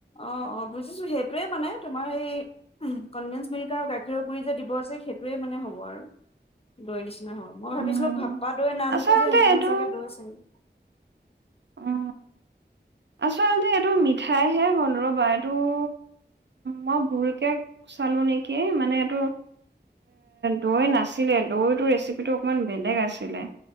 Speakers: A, on the left; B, on the right.
A: অ', অ', বুজিছোঁ সেইটোয়ে মানে তোমাৰ এই কনডেন্স মিল্ক আৰু গাখীৰৰ গুৰি যে দিব সেইটোৱে মানে হ'ব আৰু। দৈ নিচিনা হ'ব মই ভাবিছিলোঁ
B: উম
A: ভাপ্পা দৈৰ নামটো
B: আচলতে
A: যে সেইকাৰণে
B: এইটো
A: চাগে দৈ চাগ
B: উ আচলতে এইটো মিঠাইহে হ'ল ৰ'বা এইটো উ মই ভুলকে চালো নেকি মানে এইটো দৈ নাছিলে দৈ টোৰ ৰেচিপিটো অকণমান বেলেগ আছিলে।